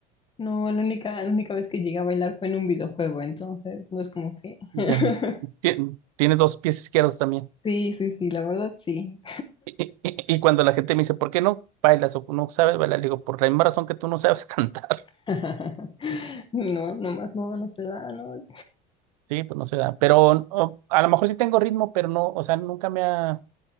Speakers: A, on the left; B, on the right.
A: No, la única, la única vez que llegué a bailar fue en un videojuego, entonces no es como que.
B: Ya,
A: <laughs>
B: Tien- tiene dos pies izquierdos también.
A: Sí, sí, sí, la verdad sí.
B: Y, y- y cuando la gente me dice, ¿por qué no bailas o no sabes bailar? Le digo, por la misma razón que tú no sabes <laughs> cantar.
A: <laughs> No, nomás no, no se da, ¿no?
B: Sí, pues no se da. Pero o, a lo mejor sí tengo ritmo, pero no, o sea, nunca me ha,